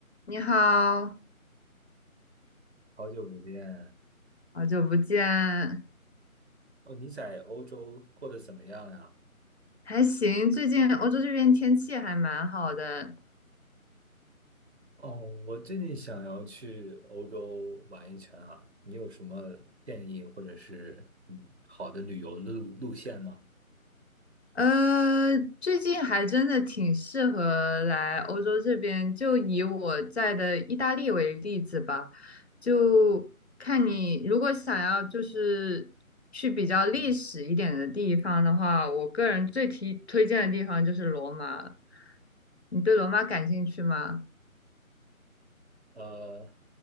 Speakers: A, on the left (about 45°); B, on the right (about 50°).
A: 你好，
B: 好久不见
A: 好久不见，
B: 哦！你在欧洲过得怎么样呀？
A: 还行。最近欧洲这边天气还蛮好的，
B: 哦，我最近想要去欧洲玩一圈啊，你有什么建议或者是嗯好的旅游路路线吗？
A: 呃，最近还真的挺适合来欧洲这边。就以我在的意大利为例子吧，就看你如果想要就是去比较历史一点的地方的话，我个人最提推荐的地方就是罗马了。你对罗马感兴趣吗？
B: 呃，